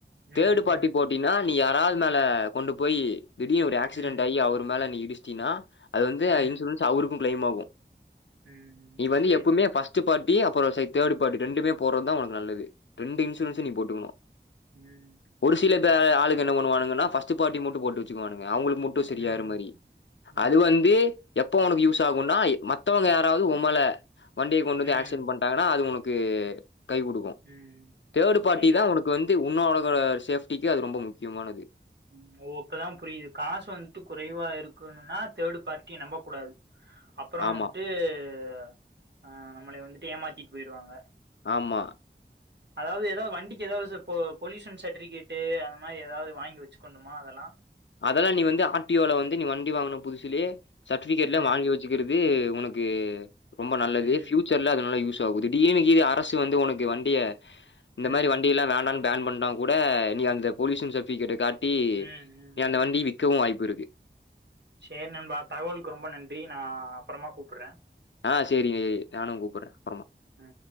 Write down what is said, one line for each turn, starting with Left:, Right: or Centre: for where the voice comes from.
Right: ம்
Left: தேர்டு பாரி
Right: ம்
Left: போட்டினா நீ யாராவது மேல கொண்டு போய் திடீர் ஒரு ஆக்சிடெண்ட்
Right: ம்
Left: ஆகி அவர் மேலே நீ இடி ச்சினா அது வந்து
Right: ம்
Left: இன்சூரன்ஸ் அவருக்கும் ப்ளளைம் ஆகும்
Right: ம்
Left: நீ வந்து
Right: சேரி
Left: எப்பவுமே
Right: சேரி
Left: பர்ஸ்ட் பார்டி அப்புறம் சை தேர்டு பார்டி ரெண்டுமே போடுறதான் உக்கு நல்லது ரெண்டு இன்சூரன்ஸ்
Right: ம்
Left: நீ போட்டுக்கணும்
Right: ம்
Left: ஒரு சில தா ஆளுக் என்ன ஒண்ணுவுங்கா பர்ஸ்ட் பார்டி மட்டு போட்டுச்சு வாானங்க அவங்களுக்கு மட்டும் சரியாற
Right: ம்
Left: மாரி
Right: ம்
Left: அது வந்து எப் போனுக்கு யூசாவும் உன்னா மத்தவங்க யாராவது ஒ மழ வண்டியை கொண்டு
Right: ம்
Left: வந்து ஆக்சிடென்ட் பண்ணிடாங்கன்னா அது உனக்கு கை கொடுக்கும்
Right: ம்
Left: தேர்டு பார்ட்டி
Right: சேரி
Left: தான்
Right: சேரி
Left: உனக்கு வந்து உன்னாட <unintelligible> சேஃப்டிக்கு அது ரொம்ப முக்கியமானது
Right: ம் ஓ இப்பதான் புரியுது காசு வந்துட்டு குறைவா இருக்குனுன்னா தேர்டு பார்ட்டிய நம்ப கூடாது அப்புறம்
Left: ஆமா,
Right: வந்துட்டு அ ஆ நம்மளை வந்துட்டு ஏமாத்திட்டு போயிருவாங்க
Left: ஆமா
Right: அதாவது ஏதாவது வண்டிக்கு ஏதாவது சப்போ பொல்யூஷன் சர்டிபிகேட்டு அந்த மாரி எதாவது வாங்கி வச்சுக்கணுமா அதெல்லா
Left: அதல்லாம் நீ வந்து ஆட்டியோல வந்து நீ வண்டி வாங்கன புதுசுலயே சர்டிபிகேட்லாம்
Right: ம்
Left: வாங்கி வச்சுக்கிறது உனக்கு ரொம்ப நல்லது
Right: ம்
Left: பியூச்சர்ல அதுனல யூஸ் சாகு திடீர்னு கீது அரசு வந்து உனக்கு வண்டிய இந்த
Right: ம்
Left: மாரி வண்டிலாம் வேண்டான் பேன் பண்ணா கூட நீ அந்த பொலுயூஷன் சர்டிபிகேட்ட காட் டி
Right: ம் ம்
Left: ஏ அந்த வண்டி வி விக்கவு வாய்ப்பு இருக்கு
Right: சேரி நண்பா தகவலுக்கு ரொம்ப நன்றி நா அப்றமா கூப்பிடுறே
Left: ஆ செரிங்கெ நானு கூப்புர்றே
Right: ஆ